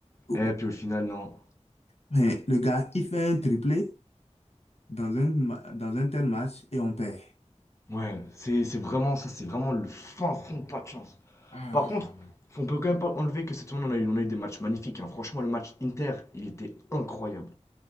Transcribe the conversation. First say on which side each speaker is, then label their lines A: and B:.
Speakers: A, on the left (about 60°); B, on the left (about 25°).
A: Oui.
B: Et puis au final, non.
A: Mais le gars, il fait un triplé dans un, ma- dans un tel match et on perd.
B: Ouais, c'est c'est vraiment ça, c'est vraiment le fin fond, pas de chance.
A: Ah.
B: Par contre, on peut quand même pas enlever que cette semaine, on a eu, on a eu des matchs magnifiques. hein. Franchement, le match Inter, il était incroyable.